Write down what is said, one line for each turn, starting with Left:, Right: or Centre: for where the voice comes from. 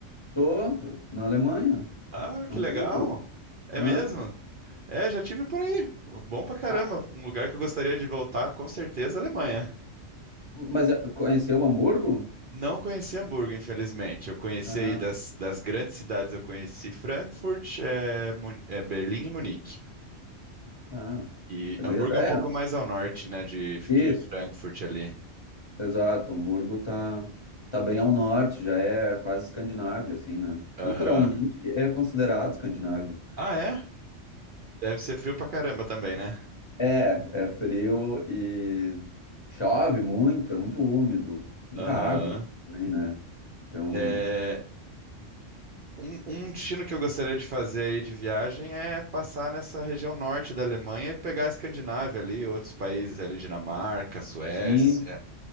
Left: Tô, eu- na Alemanha,
Right: Ah,
Left: Hamburgo.
Right: que legal. É
Left: Ah,
Right: mesmo? É, já tive por aí. Bom pra caramba.
Left: ah,
Right: Um lugar que eu gostaria de voltar, com certeza, é a Alemanha.
Left: mas eh, conheceu Hamburgo?
Right: Não conheci Hamburgo, infelizmente. Eu conheci
Left: Ah,
Right: aí das, das grandes cidades, eu conheci Frankfurt, eh, Mun- eh, Berlim e Munique.
Left: ah,
Right: E
Left: beleza,
Right: Hamburgo é um
Left: é,
Right: pouco mais ao norte, né, de,
Left: isso,
Right: de Frankfurt ali.
Left: exato, Hamburgo tá, tá bem ao norte, já é quase Escandinávia, assim, né? Culturalmente
Right: Aham.
Left: é considerado Escandinávia.
Right: Ah, é? Deve ser frio pra caramba também, né?
Left: É, é frio e chove muito, é muito úmido, muita
Right: Aham.
Left: água também, né? Então,
Right: É, um, um destino que eu gostaria de fazer aí de viagem é passar nessa região norte da Alemanha e pegar a Escandinávia ali, outros países ali, Dinamarca, Suécia.
Left: sim.